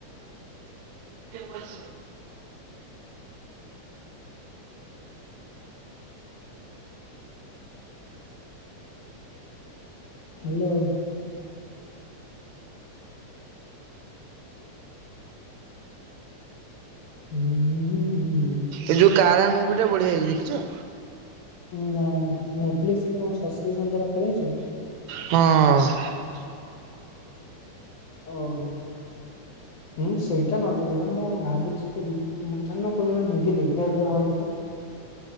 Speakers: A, on the right; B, on the left.
A: କଶ କଖ
B: ହ୍ୟାଲୋ। ହୁଁ ହୁଁଁ ହୁଁ।
A: ଏ ଯୋଉ କାରା ମୁଭିଟା ବଢ଼ିଆ ହେଇଛି ଦେଖିଛ?
B: ନା ନେଟଫ୍ଲିକ୍ସ ରେ କଣ ସବକ୍ରିପସନ ତ ପାଖରେ ଅଛି।
A: ହଁ।
B: ଓହୋ ହୁଁ ସେଇଟା ନ ଦେଖିଟ ମୁଁ ଭାବୁଛି ମୁଥାନ କନ ଗୋଟେ ମୁଭି ଦେଖିବାକୁ ଯିବା ହଲକୁ